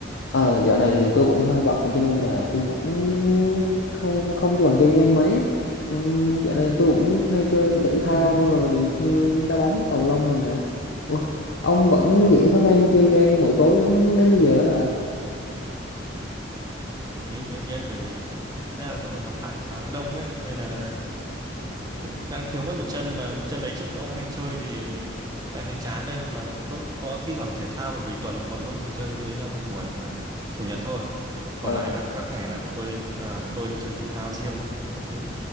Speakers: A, on the left; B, on the right.
A: à, dạo này thì tôi cũng hơi bận cho nên là tôi cũng không không còn chơi game mấy. Ừ, dạo này tôi cũng hay chơi thể thao rồi như đá bóng, cầu lông rồi nè. Ủa, ông vẫn giữ thói quen chơi game mỗi tối giống đến bây giờ á hả?
B: Ừ, đương nhiên bởi vì thực ra là tôi có nhóm bạn khá đông ấy nên là đang thiếu mất một chân mà chân đấy trước ông hay chơi thì đang thấy chán đây mà tôi cũng có thi thoảng thể thao bởi vì tuần bọn tôi chỉ chơi với nhau một buổi là chủ nhật thôi.
A: À,
B: Còn lại là các ngày là bọn tôi à, tôi đi chơi thể thao riêng các thứ.